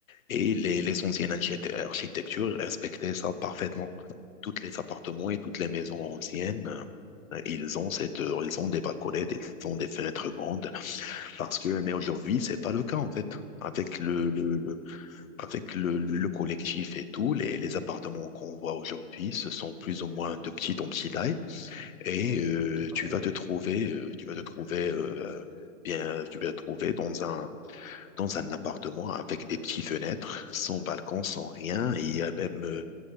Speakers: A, on the left; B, in the centre.
A: et les, les anciennes archite- architectures respectaient ça parfaitement. Toutes les appartements et toutes les maisons anciennes, euh, ils ont cette, euh, ils ont des balconnettes, ils ont des fenêtres grandes. Parce que, mais aujourd'hui, c'est pas le cas, en fait. Avec le, le, le- avec le, le, le collectif et tout, les, les appartements qu'on voit aujourd'hui, ce sont plus ou moins de petite en petite taille. Et euh,
B: Oui, tout
A: tu
B: à fait.
A: vas te trouver, euh, tu vas te trouver, euh, bien, tu vas te trouver dans un dans un appartement avec des petites fenêtres, sans balcon, sans rien. Et il y a même euh,